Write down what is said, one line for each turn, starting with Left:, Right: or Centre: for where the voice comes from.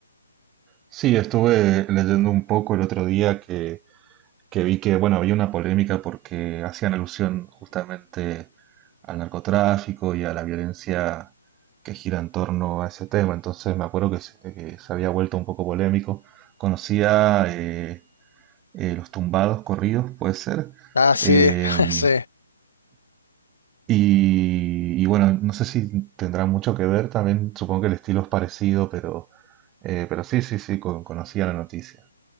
Right: sí, estuve leyendo un poco el otro día que que vi que, bueno, había una polémica porque hacían alusión justamente al narcotráfico y a la violencia que gira en torno a ese tema. Entonces me acuerdo que se, que se había vuelto un poco polémico. Conocía eh, eh, los tumbados corridos, puede ser.
Left: Ah, sí,
Right: Eh,
Left: <laughs> sí.
Right: y, y bueno, no sé si tendrá mucho que ver también, supongo que el estilo es parecido, pero, eh, pero sí, sí, sí, con- conocía la noticia.